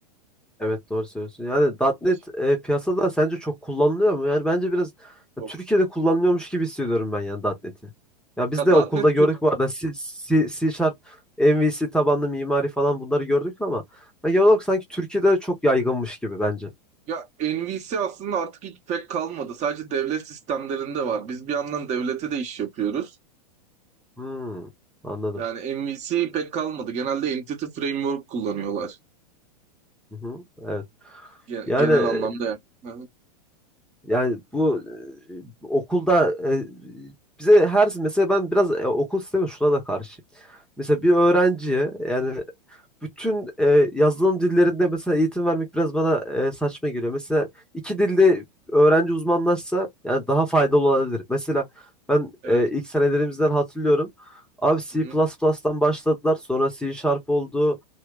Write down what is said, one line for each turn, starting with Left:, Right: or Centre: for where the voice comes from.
Centre: Evet doğru söylüyorsun. Yani .nokta .NET
Right: Ya,
Centre: e, piyasada sence çok kullanılıyor mu? Yani bence biraz
Right: çok-
Centre: ya, Türkiye'de kullanılıyormuş gibi hissediyorum ben yani .nokta .NET'i. Ya biz
Right: ya .nokta
Centre: de okulda
Right: .NET
Centre: gördük
Right: Türk
Centre: bu arada C, C, C Sharp, MVC tabanlı mimari falan bunları gördük ama ya, genel olarak sanki Türkiye'de çok yaygınmış gibi bence.
Right: Ya NVC aslında artık hiç pek kalmadı. Sadece devlet sistemlerinde var. Biz bir yandan devlete de iş yapıyoruz.
Centre: Hmm, anladım.
Right: Yani NVC pek kalmadı. Genelde Entity Framework kullanıyorlar.
Centre: Hı hı, evet.
Right: Gen-
Centre: Yani
Right: Genel
Centre: e,
Right: anlamda yani. Hı hı.
Centre: yani bu e, okulda e, bize her mesela ben biraz e, okul sistemi şuna da karşıyım. Mesela bir öğrenciye yani bütün e, yazılım dillerinde mesela eğitim vermek biraz bana e, saçma geliyor. Mesela iki dilde öğrenci uzmanlaşsa yani daha faydalı olabilir. Mesela ben
Right: Evet.
Centre: e, ilk senelerimizden hatırlıyorum. Abi C
Right: Hı hı.
Centre: plus plus'tan başladılar. Sonra C Sharp oldu.